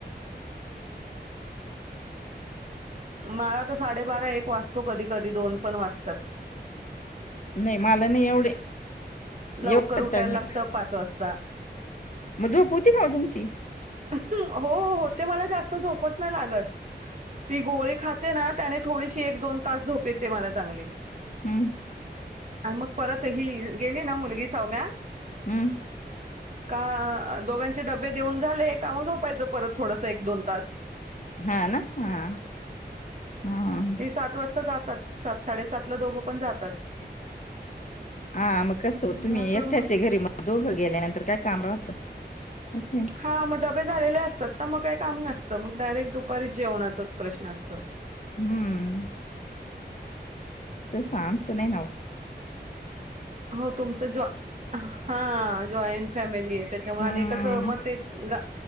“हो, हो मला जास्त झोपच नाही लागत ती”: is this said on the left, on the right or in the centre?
Right